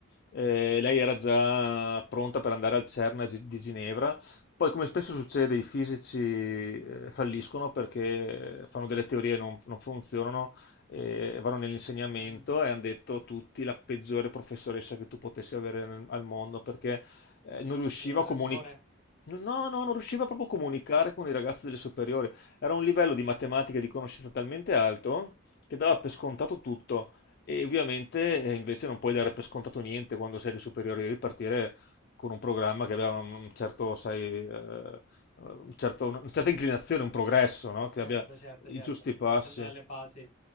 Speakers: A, on the left (about 50°); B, on the left (about 35°).
A: Eh, lei era già pronta per andare al CERN a Gi- di Ginevra. Poi, come spesso succede, i fisici eh, falliscono perché fanno delle teorie e non non funzionano eh, vanno nell'insegnamento
B: Mm.
A: e hanno detto tutti la peggiore professoressa che tu potessi avere nel- al mondo perché eh, non riusciva
B: Aveva
A: a
B: rancore.
A: comunicare. No, no, no, non riusciva proprio a comunicare con i ragazzi delle superiori. Era un livello di matematica e di conoscenza talmente alto che dava per scontato tutto. E ovviamente eh, invece non puoi dare per scontato niente quando sei alle superiori, devi partire con un programma che aveva un un certo, sai, eh, un certo- una certa inclinazione, un progresso, no? Che
B: Certo,
A: abbia
B: certo,
A: i
B: certo.
A: giusti passi.
B: Partendo dalle basi.